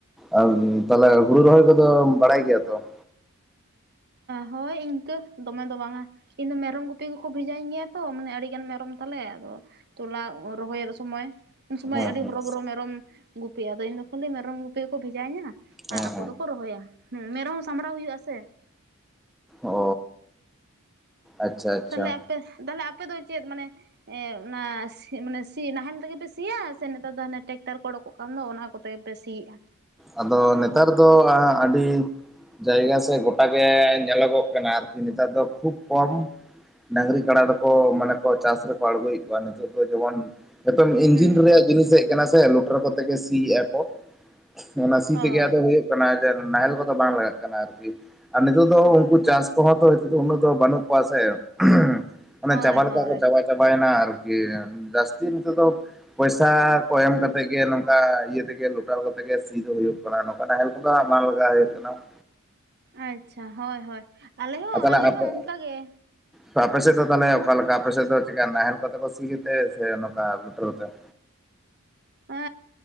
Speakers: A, in the centre; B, on the right.
A: ᱟᱨ ᱛᱟᱦᱚᱞᱮ ᱦᱩᱲᱩ ᱨᱚᱦᱚᱭ ᱠᱚᱫᱚ ᱵᱟᱲᱟᱭ ᱜᱮᱭᱟ ᱛᱚ ᱾
B: ᱦᱳᱭ ᱤᱱᱠᱟᱹ ᱫᱚᱢᱮ ᱫᱚ ᱵᱟᱝᱟ ᱾ ᱤᱧᱫᱚ ᱢᱮᱨᱚᱢ ᱜᱩᱯᱤ ᱜᱮᱠᱚ ᱵᱷᱮᱡᱟᱤᱧ ᱜᱮᱭᱟ ᱛᱚ, ᱢᱟᱱᱮ ᱟᱹᱰᱤᱜᱟᱱ ᱢᱮᱨᱚᱢ ᱛᱟᱞᱮ ᱟᱫᱚᱼᱼ ᱛᱚᱞᱟ ᱨᱚᱦᱚᱭᱮᱫ ᱥᱚᱢᱚᱭ ᱩᱱ ᱥᱚᱢᱚᱭ
A: ᱦᱮᱸ
B: ᱟᱹᱰᱤ
A: ᱦᱮᱸ
B: ᱦᱚᱨᱚᱵᱚᱨᱚ ᱢᱮᱨᱚᱢ ᱜᱩᱯᱤ ᱟᱫᱚ ᱤᱧ ᱫᱚ ᱠᱷᱟᱹᱞᱤ ᱢᱮᱨᱚᱢ ᱜᱩᱯᱤᱠᱚ ᱵᱷᱮᱡᱟᱤᱧᱟᱹ ᱾
A: ᱦᱮᱸ
B: ᱟᱨ ᱟᱠᱚ
A: ᱦᱮᱸ
B: ᱫᱚᱠᱚ ᱨᱚᱦᱚᱭᱟ, ᱦᱩᱸ ᱢᱮᱨᱚᱢ ᱦᱚᱸ ᱥᱟᱢᱵᱲᱟᱣ ᱦᱩᱭᱩᱜᱼᱟ ᱥᱮ ᱾
A: ᱚᱻ ᱟᱪᱪᱷᱟ ᱟᱪᱪᱷᱟ
B: ᱛᱟᱦᱚᱞᱮ ᱟᱯᱮ ᱛᱟᱦᱚᱞᱮ ᱟᱯᱮ ᱫᱚ ᱪᱮᱫ ᱢᱟᱱᱮᱼᱼ ᱮᱸ ᱚᱱᱟ ᱢᱟᱱᱮ ᱥᱤ ᱱᱟᱦᱮᱞ ᱛᱮᱜᱮ ᱯᱮ ᱥᱤᱭᱟ ᱥᱮ ᱱᱮᱛᱟᱨ ᱫᱚ ᱦᱟᱱᱮ ᱴᱮᱠᱴᱟᱨ ᱠᱚ ᱚᱰᱳᱠᱚᱜᱼᱼ ᱟᱠᱟᱱ ᱫᱚ ᱚᱱᱟ ᱠᱚᱛᱮ ᱯᱮ ᱥᱤᱭᱮᱫᱼᱟ ᱾
A: ᱟᱫᱚ ᱱᱮᱛᱟᱨ ᱫᱚ ᱦᱟᱜ ᱟᱹᱰᱤᱼᱼ ᱡᱟᱭᱜᱟ ᱥᱮ ᱜᱚᱴᱟ ᱜᱮ ᱧᱮᱞᱚᱜᱚᱜ ᱠᱟᱱᱟ ᱟᱨᱠᱤ ᱱᱮᱛᱟᱨ ᱫᱚ ᱠᱷᱩᱵ ᱠᱚᱢ ᱰᱟᱹᱝᱨᱤ ᱠᱟᱰᱟ ᱫᱚᱠᱚ ᱢᱟᱱᱮ ᱠᱚ ᱪᱟᱥ ᱨᱮᱠᱚ ᱟᱬᱜᱚᱭᱮᱫ ᱠᱚᱣᱟ, ᱱᱤᱛᱚᱜ ᱫᱚ ᱡᱮᱢᱚᱱᱼᱼ ᱱᱤᱛᱚᱝ ᱤᱧᱡᱤᱱ
B: ᱦᱩᱸ
A: ᱨᱮᱭᱟᱜ ᱡᱤᱱᱤᱥ ᱦᱮᱡ ᱟᱠᱟᱱᱟ ᱥᱮ ᱞᱚᱴᱟᱨ ᱠᱚᱛᱮ ᱜᱮ ᱥᱤᱮᱭᱟ ᱠᱚ, ᱚᱱᱟ ᱥᱤ
B: ᱦᱳᱭ
A: ᱛᱮᱜᱮ ᱟᱫᱚ ᱦᱩᱭᱩᱜ ᱠᱟᱱᱟ ᱱᱟᱦᱮᱞ ᱠᱚᱫᱚ ᱵᱟᱝ ᱞᱟᱜᱟᱜ ᱠᱟᱱᱟ ᱟᱨᱠᱤ ᱾ ᱟᱨ ᱱᱤᱛᱚᱜ ᱫᱚ ᱩᱱᱠᱩ ᱪᱟᱥ ᱠᱚᱦᱚᱸ ᱛᱚ ᱩᱱᱟᱹᱜ ᱫᱚ ᱵᱟᱹᱱᱩᱜ ᱠᱚᱣᱟ ᱥᱮ ᱾ ᱚᱱᱮ
B: ᱦᱳᱭ
A: ᱪᱟᱵᱟ ᱞᱮᱠᱟ
B: ᱦᱳᱭ
A: ᱠᱚ ᱪᱟᱵᱟ ᱪᱟᱵᱟᱭᱮᱱᱟ ᱟᱨᱠᱤ ᱡᱟᱹᱥᱛᱤ ᱱᱤᱛᱚᱜ ᱫᱚᱼᱼ ᱯᱚᱭᱥᱟ ᱠᱚ ᱮᱢ ᱠᱟᱛᱮ ᱜᱮ ᱱᱚᱝᱠᱟ ᱤᱭᱟᱹ ᱛᱮᱜᱮ ᱞᱚᱴᱟᱨ ᱠᱟᱛᱮᱼᱼ ᱛᱮᱜᱮ ᱥᱤ ᱫᱚ ᱦᱩᱭᱩᱜ ᱠᱟᱱᱟ, ᱱᱚᱝᱠᱟ ᱱᱟᱦᱮᱞ ᱠᱚᱫᱚ ᱵᱟᱝ ᱞᱟᱜᱟᱣ ᱦᱩᱭᱩᱜ ᱠᱟᱱᱟ ᱾
B: ᱟᱪᱪᱷᱟ ᱦᱚᱭ ᱦᱚᱭ ᱟᱞᱮ ᱦᱚᱸ
A: ᱟᱨ ᱛᱟᱦᱚᱞᱮ
B: ᱟᱞᱮ
A: ᱟᱯᱮ
B: ᱦᱚᱸ ᱚᱱᱠᱟᱜᱮ ᱾
A: ᱛᱚ ᱟᱯᱮ ᱥᱮᱫ ᱫᱚ ᱛᱟᱦᱚᱞᱮ ᱚᱠᱟ ᱞᱮᱠᱟᱹ ᱟᱼᱯᱮ ᱥᱮᱫ ᱫᱚ ᱪᱮᱠᱟ ᱱᱟᱦᱮᱞ ᱠᱚᱸᱛᱮ ᱠᱚ ᱥᱤ ᱛᱮ ᱥᱮ ᱱᱚᱝᱹᱠᱟ ᱞᱩᱴᱟᱹᱨ ᱛᱮ ᱾
B: ᱮ